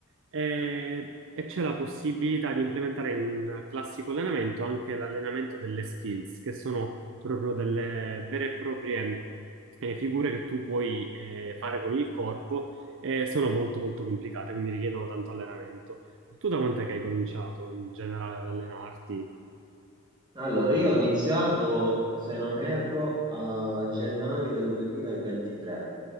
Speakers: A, on the right; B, on the right.
A: E, e c'è la possibilità di implementare in un classico allenamento anche l'allenamento delle skills, che sono proprio delle vere e proprie eh, figure che tu puoi eh, fare con il corpo e sono molto molto complicate, quindi richiedono tanto allenamento. Tu da quant'è che hai cominciato in generale ad allenarti?
B: Allora, io ho iniziato, se non erro, a gennaio del 2023.